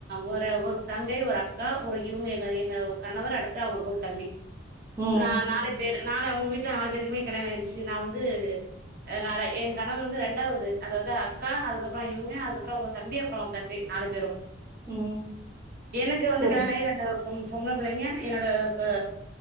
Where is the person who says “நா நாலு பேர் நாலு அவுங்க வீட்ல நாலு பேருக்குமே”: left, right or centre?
Right